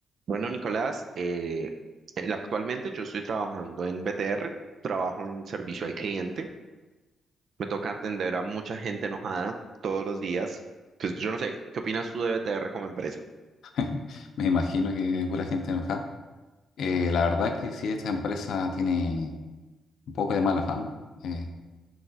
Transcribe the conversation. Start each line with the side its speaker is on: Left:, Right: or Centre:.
Right: Bueno, Nicolás, eh, el- actualmente yo estoy trabajando en BTR, trabajo en servicio al cliente. Me toca atender a mucha gente enojada todos los días. Pues yo no sé, ¿qué opinas tú de BTR como empresa?
Left: <laughs> Me imagino que hay pura gente enojada. Eh, la verdad es que sí, esta empresa tiene un poco de mala fama. Eh,